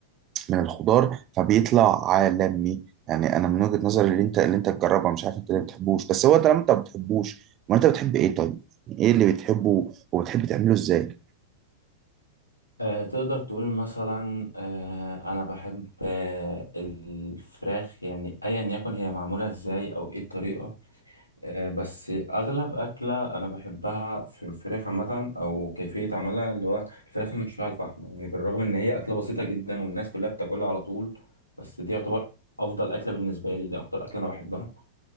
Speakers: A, on the right; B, on the left.
A: من الخضار فبيطلع عالمي يعني انا من وجهه نظري اللي انت اللي انت تجربها مش عارف انت ليه ما بتحبوش بس هو طالما انت ما بتحبوش ما انت بتحب ايه طيب يعني ايه اللي بتحبه وبتحب تعمله ازاي
B: آه، تقدر تقول مثلا آه، انا بحب آه، الفراخ يعني ايا يكن هي معموله ازاي او ايه الطريقه آه، بس اغلب اكله انا بحبها في الفراخ عامه او كيفيه عملها اللي هو الفراخ المشويه على الفحم يعني بالرغم ان هي اكله بسيطه جدا والناس كلها بتاكلها على طول بس دي يعتبر افضل اكله بالنسبه لي ده اكتر اكله انا بحبها